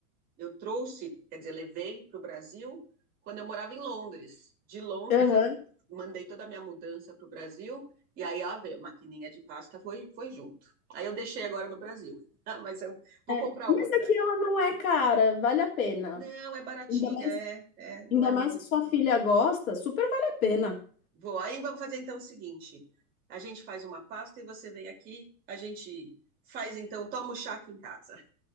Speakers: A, on the right; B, on the left.
A: eu trouxe, quer dizer, levei para o Brasil quando eu morava em Londres. De Londres
B: Aham.
A: eu mandei toda a minha mudança para o Brasil e aí a a maquininha de pasta foi foi junto. Aí eu deixei agora no Brasil, <laughs> mas eu vou
B: É,
A: comprar
B: mas
A: outra.
B: aqui ela não é cara, vale a pena.
A: Não, é baratinha,
B: Ainda mais,
A: é, é, não
B: ainda
A: é muito.
B: mais que sua filha gosta, super vale a pena.
A: Vou. Aí vamos fazer então o seguinte: a gente faz uma pasta e você vem aqui, a gente faz então, toma o chá aqui em casa.